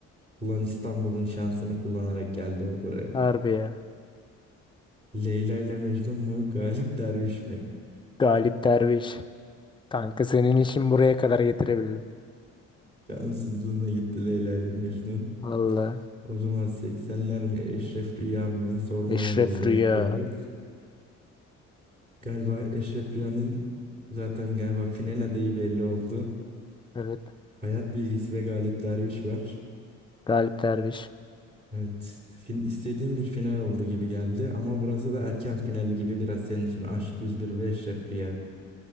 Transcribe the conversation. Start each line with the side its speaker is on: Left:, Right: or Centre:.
Right: Ulan İstanbul'un şansını kullanarak geldi o buraya.
Left: Harbi ya.
Right: Leyla ile Mecnun mu Galip Derviş mi?
Left: Galip Derviş. Kanka senin işin buraya kadar getirebildim.
Right: Şanssızlığına gitti Leyla ile Mecnun.
Left: Valla.
Right: O zaman seksenler mi Eşref Rüya mı sormama
Left: Eşref
Right: bile gerek
Left: Rüya.
Right: yok. Galiba Eşref Rüya'nın zaten galiba final adayı belli oldu.
Left: Evet.
Right: Hayat bilgisi ve Galip Derviş var.
Left: Galip Derviş.
Right: Evet, fin istediğim bir final oldu gibi geldi ama burası da erken finali gibi biraz senin için Aşk yüz bir ve Eşref Rüya.